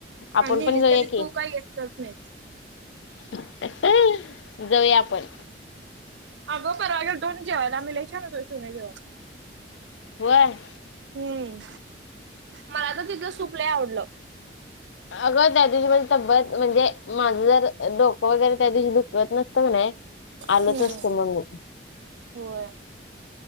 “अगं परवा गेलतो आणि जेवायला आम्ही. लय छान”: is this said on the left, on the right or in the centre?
Right